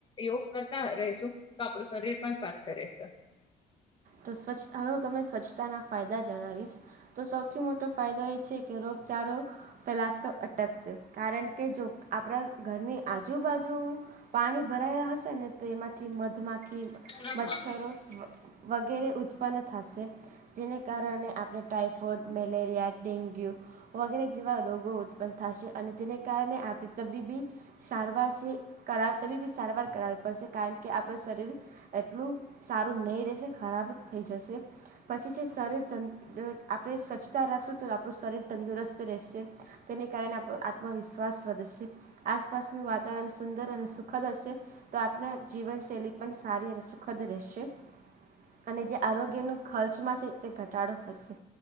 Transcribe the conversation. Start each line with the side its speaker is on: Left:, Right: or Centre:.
Left: યોગ કરતા રહીશું તો આપણું શરીર પણ સ્વાસ્થ્ય રહેશે.
Right: તો સ્વચ્છ હવે હું તમને સ્વચ્છતાના ફાયદા જણાવીશ તો સૌથી મોટો ફાયદો એ છે કે રોગચારો ફેલાતો અટકશે કારણ કે જો આપણા ઘરની આજુબાજુ પાણી ભરાયા હશે ને તો એમાંથી મધમાખી કે
Left: સુરતમાં
Right: મચ્છરો વગેરે ઉત્પન્ન થશે જેને કારણે આપણે ટાાઈફોઇડ મેલેરિયા ડેન્ગ્યુ વગેરે જેવા રોગો ઉત્પન્ન થશે અને તેને કારણે આપણી તબીબી સારવાર છે કરાવ તબીબી સારવાર કરાવવી પડશે કારણ કે આપણું શરીર એટલું સારું નહીં રહેશે. ખરાબ થઈ જશે પછી જે શરીર ત આપણે સ્વચ્છતા રાખશું તો આપણું શરીર તંદુરસ્ત રહેશે તેને કારણે આપણો આત્મવિશ્વાસ વધશે આસપાસનું વાતાવરણ સુંદર અને સુખદ હશે તો આપણા જીવનશૈલી પણ સારી અને સુખદ રહેશે. અને જે આરોગ્યનો ખર્ચમાં છે તે ઘટાડો થશે